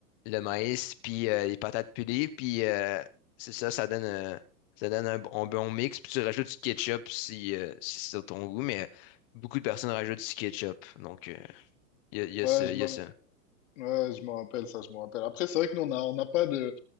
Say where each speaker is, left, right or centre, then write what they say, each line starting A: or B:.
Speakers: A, on the left (about 35°); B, on the left (about 50°).
A: le maïs, puis euh, les patates pilées, puis euh, c'est ça, ça donne, euh, ça donne un, bon un bon mix, puis tu rajoutes du ketchup si, euh, si c'est sur ton goût, mais euh, beaucoup de personnes rajoutent du ketchup, donc euh, il y a, y a
B: Ouais,
A: ça,
B: je
A: il
B: me,
A: y a ça.
B: ouais, je me rappelle ça, je me rappelle. Après, c'est vrai que nous, on a, on n'a pas de,